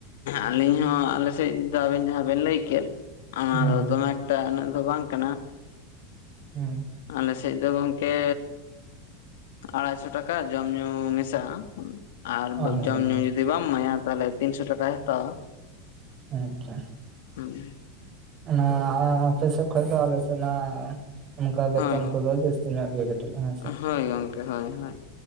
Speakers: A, on the left (about 75°); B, on the right (about 40°).
A: ᱟᱞᱤᱧ ᱦᱚᱸ ᱟᱞᱮᱥᱮᱫ ᱫᱚ ᱟᱵᱮᱱ ᱡᱟᱦᱟᱸ ᱵᱮᱱ ᱞᱟᱹᱭᱠᱮᱫ ᱚᱱᱟ
B: ᱦᱮᱸ
A: ᱫᱚ ᱫᱚᱢᱮ ᱴᱟᱜ ᱤᱱᱟᱜ ᱫᱚ ᱵᱟᱝ ᱠᱟᱱᱟ᱾
B: ᱦᱮᱸ
A: ᱟᱞᱮ ᱥᱮᱫ ᱫᱚ ᱜᱚᱝᱠᱮ ᱟᱲᱟᱭᱥᱚ ᱴᱟᱠᱟ ᱡᱚᱢ ᱧᱩ ᱢᱮᱥᱟᱜᱼᱟ᱾ ᱟᱨ
B: ᱵᱟᱝ
A: ᱡᱚᱢ ᱧᱩ ᱡᱩᱫᱤ ᱵᱟᱢ ᱮᱢᱟᱭᱟ ᱛᱟᱦᱚᱞᱮ ᱛᱤᱱᱥᱚ ᱴᱟᱠᱟᱭ ᱦᱟᱛᱟᱣᱟ᱾
B: ᱟᱪᱪᱷᱟ
A: ᱦᱮᱸ
B: ᱚᱱᱟ ᱟᱯᱮ ᱥᱮᱫ ᱠᱷᱚᱡ ᱫᱚ ᱟᱞᱮᱥᱮ ᱱᱚᱣᱟ ᱚᱱᱠᱟ ᱵᱮᱛᱚᱱ
A: ᱦᱳᱭ
B: ᱠᱚᱫᱚ ᱡᱟᱹᱥᱛᱤ ᱧᱚᱜ ᱜᱮ ᱠᱟᱹᱴᱤᱡ ᱦᱮᱸᱥᱮ
A: ᱦᱳᱭ ᱜᱚᱝᱠᱮ ᱦᱳᱭ ᱦᱳᱭ